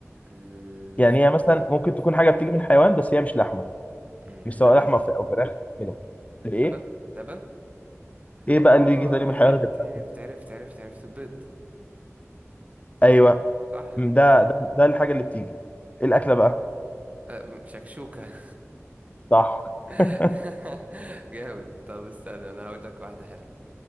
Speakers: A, on the right; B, on the left.
A: الف...
B: يعني هي مثلا
A: آه.
B: ممكن تكون حاجه بتيجي من الحيوان بس هي مش لحمه
A: أمم،
B: مش
A: اللبن
B: سواء لحمه في- او فراخ كده ايه
A: لبن لبن
B: ايه
A: اه
B: بقى اللي يجي تاني
A: عرفت
B: من الحيوان غير الفرخ؟
A: عرفت عرفت عرفت عرفت بيض
B: ايوه
A: صح
B: ده ده ده الحاجه اللي بتيجي ايه الاكله بقى
A: آه، شكشوكة
B: صح
A: <laughs>
B: <laughs>
A: جامد طب استنى انا هقول لك واحدة حلوة